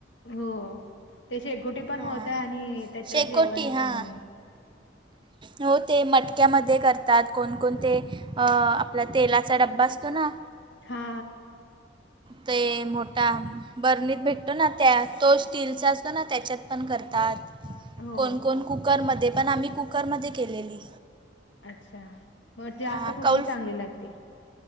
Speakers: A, on the left; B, on the right.
A: हो ते शेकोटी पण
B: हां
A: होत आणि त्याच्यात
B: शेकोटी
A: जेवण
B: हां
A: पण हो.
B: हो ते मटक्यामध्ये करतात कोण-कोण ते आ पला तेलाचा डब्बा असतो ना.
A: हा.
B: ते मोठा बर्नीत भेटतो ना त्या तो स्टीलचा असतो ना त्याच्यात पण करतात.
A: हो
B: कोण-कोण कुकरमध्ये पण, आम्ही कुकरमध्ये केलेली.
A: अच्छा, मग ते असं
B: हां
A: कुठली
B: कौल्फ
A: चांगली लागते?